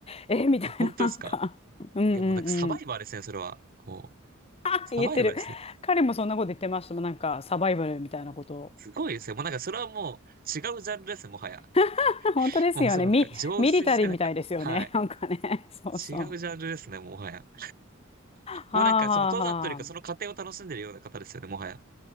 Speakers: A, on the left; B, on the right.
A: え、え、みたいな、
B: あ、本当ですか
A: なんか。うんう
B: いや、もうなんかサバイバーですね、
A: ん
B: それは。も
A: <laughs> あ言ってる。
B: う、サバイバーですね。
A: 彼もそんなこと言ってましたもん。なんか、サバイバルみたいなことを。
B: すごいですね。もうなんかそれはもう違うジャンルですね、もはや。
A: <laughs> 本当ですよね。
B: もうそのなんか浄水してなんか、
A: ミ、ミリタリーみたいですよね。
B: はい。
A: <laughs> なんかね。そうそう。
B: 違うジャンルですね、もはや。
A: はあはあはあ。
B: もうなんかその登山というかその過程を楽しんでるような方ですよね、もはや。